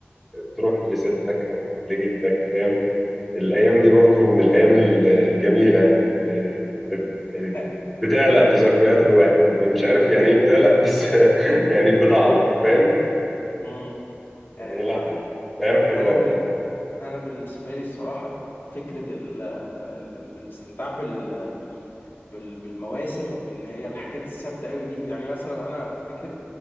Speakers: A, in the centre; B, on the left.
A: تروح لستك او تروح لجدك فاهم الايام دي برضو من الايام ال- الجميله يعني اللي بت... يعني
B: آه،
A: بتعلق في ذكريات الواحد يعني مش عارف يعني ايه بتعلق بس <laughs> يعني بتعلق فاهم
B: مم. آه،
A: يعني لا ايام حلوه
B: انا
A: قوي
B: بال- انا بالنسبه لي الصراحه فكره ال ال ال الاستمتاع بال بال بالمواسم اللي هي الحاجات الثابته قوي دي يعني مثلا انا افتكر